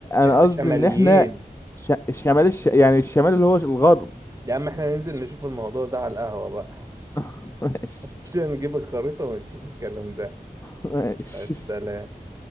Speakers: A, on the left; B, on the right.
A: انا
B: احنا
A: قصدي
B: شماليين
A: ان احنا ش... الشمال الش... يعني الشمال اللي هو الغرب
B: يا عم احنا ننزل نشوف الموضوع ده على القهوة بقى
A: <laughs> ماشي
B: <laughs> عشان نجيب الخريطة ونشوف الكلام ده
A: ماشي
B: مع السلامة